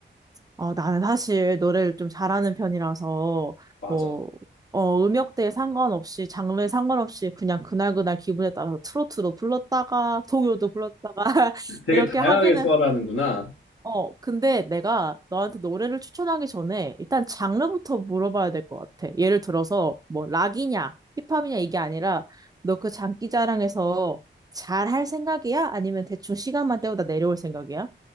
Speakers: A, on the right; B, on the left.
A: 어, 나는 사실 노래를 좀 잘하는 편이라서,
B: 맞아.
A: 뭐, 어, 음역대에 상관없이, 장르에 상관없이 그냥 그날그날 기분에 따라서 트로트도 불렀다가, 동요도 불렀다가, <laughs>
B: 되게
A: 이렇게
B: 다양하게
A: 하기는,
B: 소화하는구나.
A: 어, 근데 내가 너한테 노래를 추천하기 전에 일단 장르부터 물어봐야 될 것 같아. 예를 들어서, 뭐, 락이냐, 힙합이냐 이게 아니라, 너 그 장기자랑에서 잘할 생각이야? 아니면 대충 시간만 때우다 내려올 생각이야?